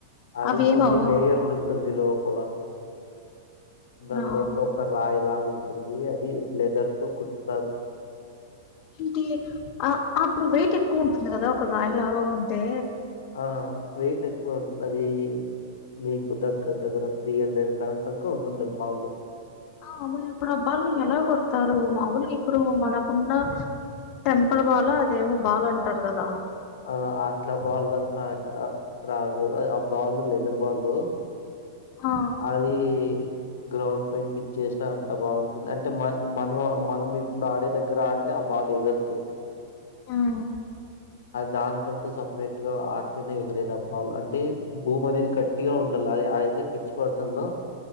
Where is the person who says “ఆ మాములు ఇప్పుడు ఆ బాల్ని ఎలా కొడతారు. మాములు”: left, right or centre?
Left